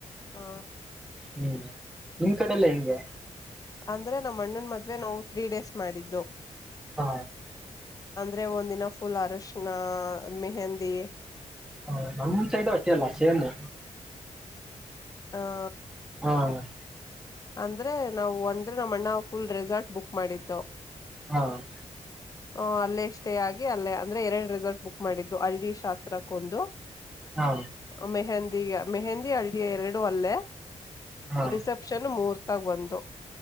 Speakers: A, on the left; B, in the centre.
A: ಹಾ.
B: ಹ್ಮ್ ನಿಮ್ ಕಡೆಲ್ಲ ಹೆಂಗೆ
A: ಅಂದ್ರೆ ನಮ್ಮಣ್ಣನ ಮದ್ವೆ ನಾವು ತ್ರೀ ಡೇಸ್ ಮಾಡಿದ್ದು
B: ಹ
A: ಅಂದ್ರೆ ಒಂದಿನ ಫುಲ್ ಅರಶಿನ ಮೆಹೆಂದಿ.
B: ಹ ನಮ್ ಸೈಡ್ ಅಷ್ಟೇ ಅಲ್ಲ ಸೇಮು
A: ಹ.. <inaudible>
B: ಹಾ.. <inaudible>
A: ಅಂದ್ರೆ ನಾವು ಒಂದ್ರೆ ನಮ್ಮ ಅಣ್ಣ ಫುಲ್ ರೆಸಾರ್ಟ್ ಬುಕ್ ಮಾಡಿದ್ದವು.. <unintelligible>
B: ಹಾ.. <inaudible>
A: ಹ ಅಲ್ಲೇ ಸ್ಟೇ ಆಗಿ ಅಲ್ಲೇ ಅಂದ್ರೆ ಎರಡು ರೆಸಾರ್ಟ್ ಬುಕ್ ಮಾಡಿದ್ದು ಹಲ್ಡಿ ಶಾಸ್ತ್ರಕ್ಕೊಂದು...
B: ಹಾ
A: <unintelligible> ಮೆಹಂದಿಿಯ ಮೆಹಂದಿ.. <inaudible> ಹಿ ಎರಡು ಅಲ್ಲೇ.. <inaudible>
B: ಹಾ
A: ರಿಸಪ್ಷ.. <inaudible> ಮೂರ್ತಾಗ ಒಂದು... <inaudible>